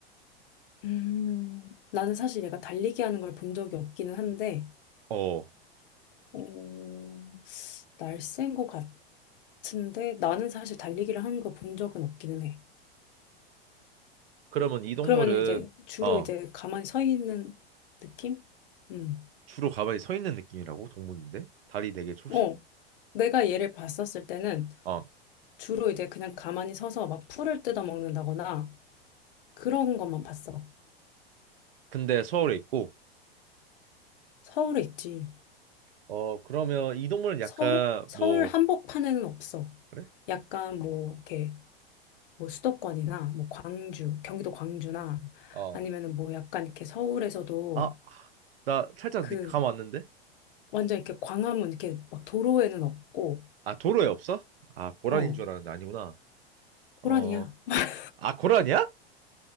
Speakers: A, on the left; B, on the right.
A: 음, 나는 사실 얘가 달리기 하는 걸 본 적이 없기는 한데
B: 어.
A: 어, 날쌘 것 같은데 나는 사실 달리기를 하는 거 본 적은 없기는 해.
B: 그러면 이 동물은
A: 그러면 은 이제 주로
B: 어,
A: 이제 가만히 서 있는 느낌? 음.
B: 주로 가만히 서 있는 느낌이라고 동물인데 다리 네 개 초식?
A: 어. 내가 얘를 봤었을 때는
B: 어.
A: 주로 이제 그냥 가만히 서서 막 풀을 뜯어 먹는다거나 그런 것만 봤어.
B: 근데 서울에 있고
A: 서울에 있지.
B: 어, 그러면 이 동물은 약간
A: 서울? 서울
B: 뭐
A: 한복판에는 없어.
B: 그래?
A: 약간 뭐 이렇게 뭐 수도권이나 뭐 광주, 경기도 광주나
B: 어.
A: 아니면은 뭐 약간 이렇게 서울에서도
B: 아, 나 살짝
A: 그
B: 늦- 감 왔는데?
A: 완전 이렇게 광화문 이렇게 막 도로에는 없고
B: 아, 도로에 없어? 아, 고란인
A: 어
B: 줄 알았는데 아니구나.
A: 고라니야.
B: 어,
A: <laughs>
B: 아, 고란이야?